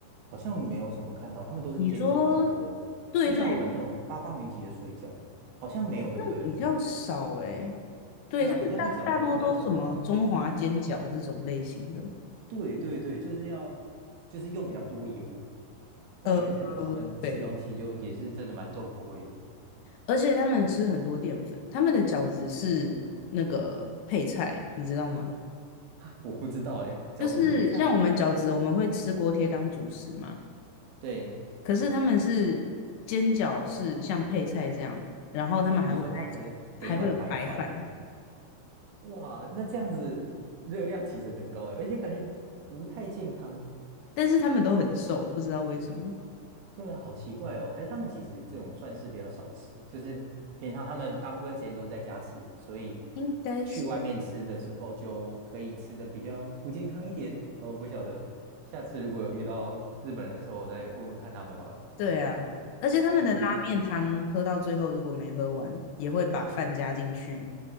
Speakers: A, on the right; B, on the left.
A: 好像没有什么看到，他们都是煎饺居多。
B: 你说，对对，
A: 就像我们那种八方云集的水饺，好像没有，对不对？
B: 那比较少诶、欸对，
A: 对啊，
B: 他们大大多都什么中华煎饺这种类型的。
A: 你这样一讲，我才突然想到，对对对，就是要就是用比较多油。我感觉日本他们吃东西就也是真的蛮重口味的。
B: 呃，呃对。而且他们吃很多淀粉，他们的饺子是那个配菜，你知道吗？
A: 哈，我不知道诶，饺子是配菜，
B: 就是像我们饺子，我们会吃锅贴当主食嘛，
A: 对，
B: 可是他们是煎饺是像配菜这样，然后他们还会再还会有白饭，
A: 你说他可能点一碗白饭。哇，那这样子热量其实很高哎，而且感觉不太健康。
B: 但是他们都很瘦，不知道为什么，
A: 对啊，好奇怪哦，还是他们其实这种算是比较少吃，就是平常他们大部分时间都是在家吃，所以
B: 应该是
A: 去外面吃的时候就可以吃的比较不健康一点。我不晓得，下次如果有遇到日本人的时候，我再问问看他们好了。
B: 对啊。而且他们的拉面汤喝到最后，
A: 哦，那
B: 如果没喝完，也会把饭加进去，